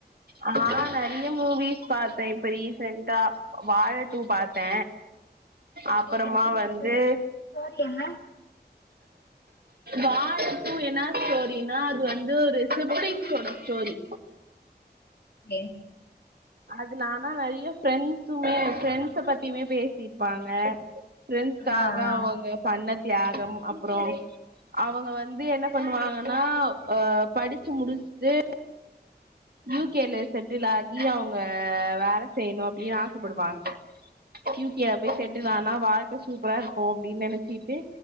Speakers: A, on the right; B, on the left.
A: ஆ நறைய மூவிஸ் பாத்த இப்ப ரீசென்டா வாழ டூ பாத்த அப்பறமா
B: எப்டி இருந்துச்சு
A: வந்து
B: ஸ்டோரி என்ன
A: வாழ டூ என்ன ஸ்டோரினா அது வந்து ஒரு சிப்லிங்சோட ஸ்டோரி
B: ஏ
A: அதுலானா நறைய ஃப்ரெண்ட்ஸுமே ஃப்ரெண்ட்ஸ பத்தியுமே பேசிருப்பாங்க ஃபிரெண்ட்காக
B: ஆ ஆ
A: அவங்க பண்ண தியாகம் அப்புறம் அவங்க வந்து என்ன பண்ணுவாங்கன்னா ஹ படிச்சு முடிச்சுட்டு யூ கே ல செட்டில் ஆகி அவுங்க வேல செய்யணு அப்படின்னு ஆசப்படுவாங்க யூ கே ல போய் செட்டுல ஆனா வாழ்க்க சூப்பரா இருக்கு அப்படின்னு நினைச்சிட்டு